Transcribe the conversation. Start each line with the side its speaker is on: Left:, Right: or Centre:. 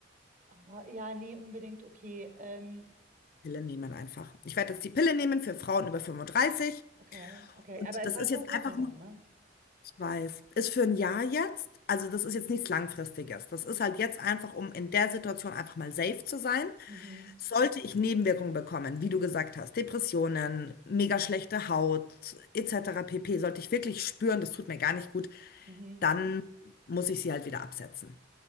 Right: Aber ja, nee, unbedingt, okay. Ähm,
Left: Pille nehmen einfach. Ich werde jetzt die Pille nehmen für Frauen über 35.
Right: okay, okay.
Left: Und
Right: Aber es
Left: das
Right: ist halt
Left: ist jetzt
Right: Hormone
Left: einfach
Right: dann,
Left: nur
Right: ne?
Left: Weiß. Ist für ein Jahr jetzt, also das ist jetzt nichts Langfristiges. Das ist halt jetzt einfach, um in der Situation einfach mal safe zu sein.
Right: Mhm,
Left: Sollte ich Nebenwirkungen bekommen, wie du gesagt hast, Depressionen, mega schlechte Haut, etc. pp., sollte ich wirklich spüren, das tut mir gar nicht gut,
Right: mhm.
Left: dann muss ich sie halt wieder absetzen.